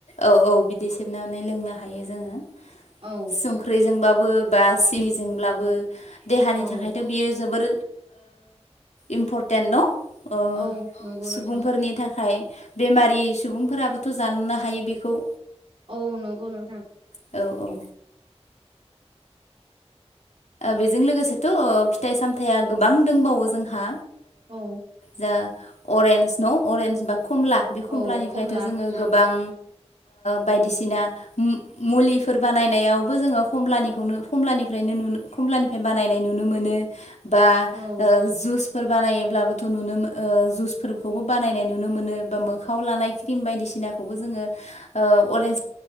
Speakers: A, on the left; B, on the right.
A: औ औ बिदि सेबनानै लोंनो हायो जोङो
B: औ
A: संख्रिजोंबो बो बा सिनिजोंब्लाबो देहानि
B: औ
A: थाखायथ' बियो जोबोर इम्परटेन्ट न'
B: औ नंगौ
A: सुबुंफोरनि
B: नोंथां
A: थाखाय बेमारि सुबुंफोराबोथ' जानोनो हायो बेखौ
B: औ नंगौ नोंथां
A: औ औ बेजों लोगोसेथ' फिथाइ सामथाइया गोबां दंबावो जोंहा
B: औ
A: जा अरेन्ज न' अरेन्ज बा कमला बे खमलानिफ्रायथ'
B: औ खमला
A: जोङो गोबां बायदिसिना मुलिफोर बानायनायावबो जोङो खमलानिखौनो खमलानि खमलानिफ्राय बानायनाय नुनो मोनो बा
B: औ
A: जुस फोर बानायोबब्लाबोथ' नुनो मोन जुसफोरखौबो बानायनाय नुनो मोनो बा मोखाङाव लानाय क्रिम बायदिसिना सिनाखौबो जोङो अरेन्ज